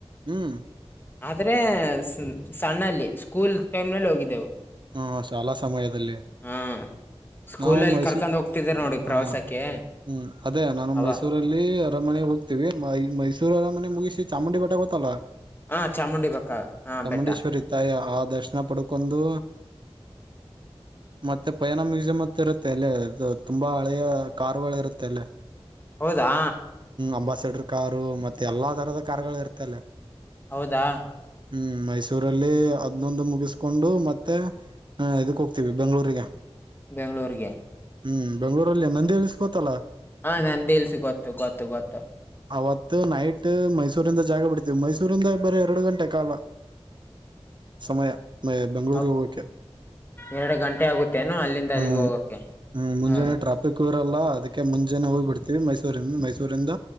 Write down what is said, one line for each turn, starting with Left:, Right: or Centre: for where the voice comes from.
Right: ಹ್ಮ್
Left: ಆದ್ರೆ ಸಣ್ಣಲ್ಲಿ ಸ್ಕೂಲ್ ಟೈಮ್ ನಲ್ಲಿ ಹೋಗಿದ್ದೆವು
Right: ಹ್ಮ ಶಾಲಾ ಸಮಯದಲ್ಲಿ
Left: ಹಾ ಸ್ಕೂಲಲ್ಲಿ
Right: ನಾವು ಮೈಸೂ
Left: ಕರ್ಕೊಂಡ್ ಹೋಗ್ತಿದಾರ ನೋಡಿ
Right: ಹಾ
Left: ಪ್ರವಾಸಕ್ಕೆ
Right: ಹ್ಮ್ ಅದೇ ನಾನು
Left: ಅವ
Right: ಮೈಸೂರಲ್ಲಿ ಅರಮನೆಗೆ ಹೋಗ್ತ ಮ ಮೈಸೂರರ ಮೆ ಮುಗಿಸಿ ಚಾಮುಂಡಿ ಬೇಟ ಗೊತ್ತಲ್ಲ
Left: ಹಾ ಚಾಮುಂಡಿ ಬೆಕ್ಕ ಹಾ
Right: ಚಾಮುಂಡೇಶ್ವರಿ
Left: ಬೆಟ್ಟ
Right: ತಾಯ ಆ ದರ್ಶನ ಪಡ್ಕೊಂಡು ಮತ್ತೆ ಪಯಾನ ಮ್ಯೂಸಿಯಂ ಅತ್ತ ಇರುತ್ತೆ ಅಲ್ಲೇ ಇದು ತುಂಬಾ ಹಳೆಯ ಕಾರುಗಳು ಇರುತ್ತೆ ಅಲ್ಲೇ
Left: ಹೌದಾ
Right: ಅಂಬಾಸೆಡರ್ ಕಾರು ಮತ್ತೆ ಎಲ್ಲಾ ತರಹದ ಕಾರ್ಗಳು ಇರುತ್ತೆ ಅಲ್ಲಿ.
Left: ಹೌದಾ.
Right: ಹ್ಮ್ ಮೈಸೂರಲ್ಲಿ ಅದ್ನೊಂದು ಮುಗಿಸ್ಕೊಂಡು ಮತ್ತ. ಮತ್ತೆ ಹ ಇದಕ್ ಹೋಗ್ತೀವಿ ಬೆಂಗ್ಗಳೂರಿಗೆ.
Left: ಬೆಂಗ್ಗಳೂರ್ಗೆ.
Right: ಹ್ಮ್ ಬೆಂಗ್ಗಳೂರಲ್ಲಿ ನಂದಿ ಹೇಲ್ಸ್ ಗೊತ್ತಲ್ಲಾ.
Left: ಹಾ ನಂದಿ ಹಿಲ್ಸ್ ಗೊತ್ತು ಗೊತ್ತು ಗೊತ್ತು
Right: ಅವತ್ತು ನೈಟ್ ಮೈಸೂರಿಂದ ಜಾಗ ಬಿಡ್ತೀವಿ ಮೈಸೂರಿಂದ ಬರ ಎರಡು ಗಂಟೆ ಕಾಲ ಸಮಯ. ಬೆಂಗಳೂರಿಗೆ
Left: ಹ
Right: ಹೋಗಕ್ಕೆ
Left: ಎರಡು ಗಂಟೆ ಆಗುತ್ತೇನು ಅಲ್ಲಿಂದ ಅಲ್ಲಿಗೆ
Right: ಹ್ಮ್
Left: ಹೋಗಕ್ಕೆ
Right: ಹ್ಮ್ ಮುಂಜಾನೆ
Left: ಹಾ.
Right: ಟ್ರಾಫಿಕ್ ಇರಲ್ಲ ಅದಕ್ಕೆ ಮುಂಜಾನ ಹೋಗ್ ಬಿಡ್ತೀವಿ ಮೈಸೂರಿಂದ ಮೈಸೂರಿಂದ